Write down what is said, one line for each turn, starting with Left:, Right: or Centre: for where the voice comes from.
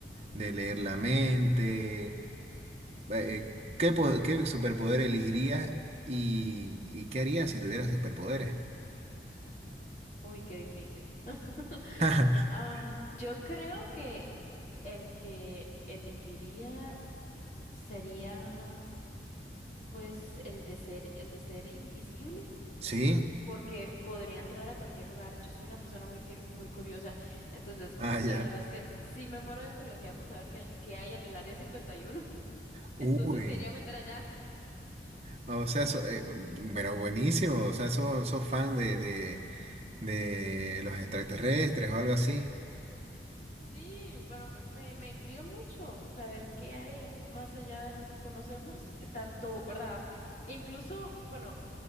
Right: de leer la mente. Eh, eh, ¿qué, po- qué superpoder elegirías y, y qué harías si tuvieras superpoderes?
Left: Uy, qué difícil. <laughs>
Right: <laughs>
Left: Am, yo creo que el que elegiría sería, pues, el de ser, el de ser invisible,
Right: ¿Sí?
Left: porque podría entrar a cualquier lugar. Yo soy una persona muy, cur- muy curiosa, entonces
Right: Ah,
Left: la
Right: ya.
Left: verdad es que sí me muero de curiosidad por saber qué, qué hay en el área 51. <laughs>
Right: Uy.
Left: Entonces me iría a meter allá.
Right: O sea, so- eh, pero buenísimo. O sea, sos, sos fan de, de, de los extraterrestres o algo así.
Left: Sí, bueno, me, me me intriga mucho saber qué hay más allá de lo que conocemos, eh, tanto, ¿verdad? Incluso, bueno,